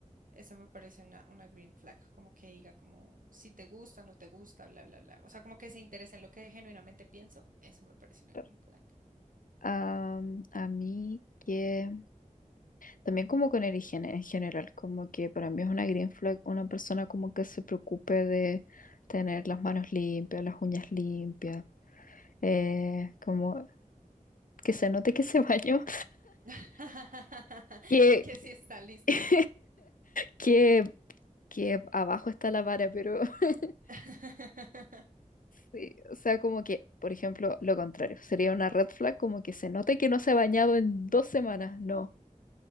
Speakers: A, on the right; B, on the left.
A: Eso me parece una, una green flag, como que diga como si te gusta, no te gusta, bla, bla, bla. O sea, como que se interese en lo que genuinamente pienso. Eso me parece una
B: claro.
A: green flag.
B: Am, a mí que también como con el higiene en general, como que para mí es una green flag una persona como que se preocupe de tener las manos limpias, las uñas limpias, eh, como que se note que se bañó,
A: <laughs>
B: <laughs> que,
A: Que sí está listo.
B: <laughs> que, que abajo está la vara, pero <laughs>
A: <laughs>
B: sí, o sea, como que, por ejemplo, lo contrario, sería una red flag como que se note que no se ha bañado en dos semanas, no.